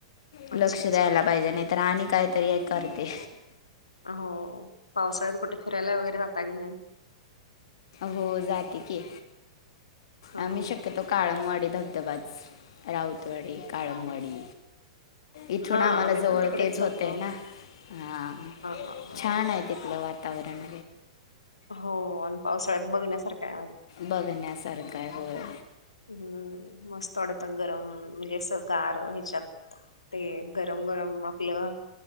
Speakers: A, on the left; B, on the left.
A: लक्ष
B: अच्छा, अच्छा.
A: द्यायला
B: हां.
A: पाहिजे नाही. तर आणि काहीतरी हे करते.
B: हो पावसाळत कुठे फिरायला वगैरे जाता की नाही.
A: हो जाते की
B: हां.
A: आम्ही शक्य. तो काळमवाडी धबधबाच राऊतवाडी काळमवाडी इथून
B: हां,
A: आम्हाला
B: आम्ही
A: जवळ
B: पण तिकडेच
A: तेच
B: जातो.
A: होतय ना. हा
B: हा हा
A: छान आहे तिथलं वातावरण
B: हो आणि पावसाळ्यात बघण्यासारखा आहे.
A: बघण्यासारखं होय.
B: हम्म मस्त थोडंत गरम म्हणजे असं गार ह्याच्यात ते गरम गरम आपलं.